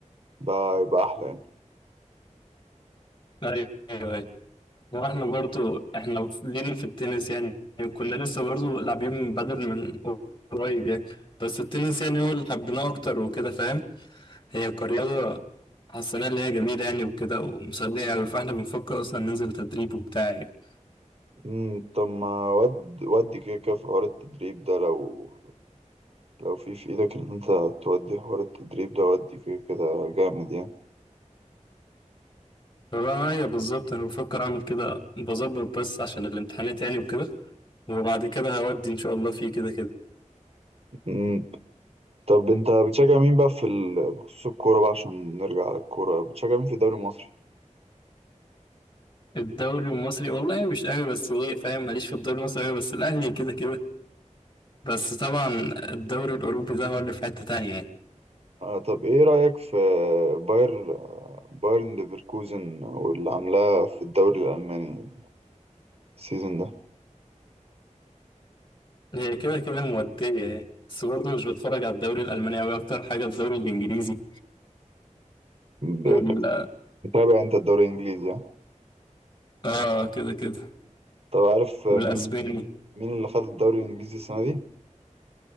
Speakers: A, on the right; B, on the left.
A: بقى- يبقى أحلى يعني
B: أيوه أيوه وإحنا برضو إحنا لينا في التنس يعني كنا لسه برضو لاعبين بدل من قريب يعني بس التنس يعني هو اللي حبيناه أكتر وكده فاهم هي كرياضة حسيناها اللي هي جميلة يعني وكده ومسلية أوي فإحنا بنفكر أصلا ننزل تدريب وبتاع يعني.
A: مم، طب ما ود ودي كده كده في حوار التدريب ده لو لو في في إيدك إن أنت تودي حوار التدريب ده ودي كده كده جامد يعني
B: معايا بالظبط انا بفكر اعمل كده بظبط بس عشان الامتحانات يعني وكده وبعد كده هودي ان شاء الله فيه كده كده
A: مم. طب أنت بتشجع مين بقى في ال... بخصوص الكورة بقى عشان نرجع للكورة بتشجع مين في الدوري المصري؟
B: الدوري المصري والله مش قوي بس ايه فاهم ماليش في الدوري المصري قوي بس الاهلي كده كده بس طبعا الدوري الاوروبي ده هو اللي في حتة تانية يعني
A: آه طب ايه رأيك في باير آه، بايرن ليفركوزن واللي عاملاه في الدوري الألماني السيزون ده
B: هي كده كده مودية يعني بس برضه مش بتفرج على الدوري الالماني قوي اكتر حاجة الدوري الانجليزي
A: ب-
B: وال
A: بتتابع انت الدوري الإنجليزي ها؟
B: اه كده كده
A: طب عارف مين
B: والاسباني
A: مين اللي خد الدوري الإنجليزي السنة دي؟